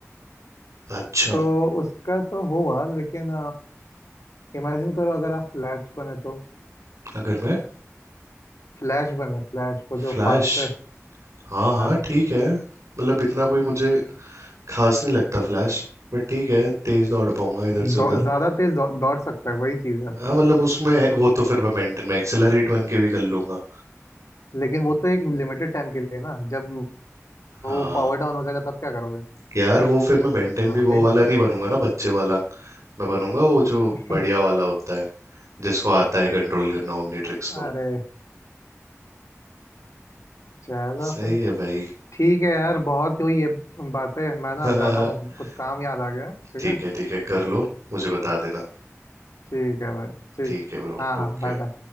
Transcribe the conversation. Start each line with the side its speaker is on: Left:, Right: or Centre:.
Right: अच्छा
Left: तो उसका तो हुआ लेकिन इमेजिन करो अगर आप फ्लैश बने तो
Right: अगर मैं
Left: फ्लैश बने फ्लैश वो जो
Right: फ्लैश
Left: फास्टेस्ट
Right: हाँ हाँ
Left: हाँ
Right: ठीक है मतलब इतना कोई मुझे खास नहीं लगता फ्लैश बट ठीक है तेज दौड़ पाऊंगा इधर से
Left: दौ,
Right: उधर
Left: ज्यादा तेज दौ, दौड़ सकता है वही चीज है
Right: हाँ मतलब उसमें वो तो फिर मैं बेंटन में एक्सेलरेट बन के भी कर लूंगा
Left: लेकिन वो तो एक लिमिटेड टाइम के लिए ना जब
Right: हाँ
Left: वो पावर डाउन हो जाएगा तब क्या करोगे
Right: यार वो फिर मैं बेंटन
Left: हाँ
Right: भी
Left: वही
Right: वो
Left: बात
Right: वाला
Left: है
Right: नहीं बनूंगा ना बच्चे वाला मैं बनूंगा वो जो
Left: <laughs>
Right: बढ़िया वाला होता है जिसको आता है कंट्रोल करना ओमनीट्रिक्स
Left: अरे
Right: को
Left: चलो
Right: सही
Left: फिर
Right: है भाई
Left: ठीक है यार बहुत हुई ये बातें मैं ना
Right: <laughs>
Left: जाता हूँ कुछ काम याद आ गया ठीक
Right: ठीक
Left: है
Right: है ठीक है कर लो मुझे बता देना
Left: ठीक है भाई ठीक
Right: ठीक है ब्रो
Left: हाँ हाँ
Right: ओके
Left: बाय बाय